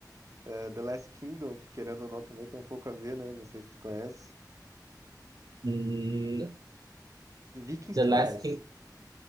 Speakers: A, on the right; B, on the right.
A: eh, The Last Kingdom, que querendo ou não também tem um pouco a ver, né? Não sei se tu conhece.
B: E
A: Vikings
B: The
A: tu
B: Last
A: conhece.
B: King.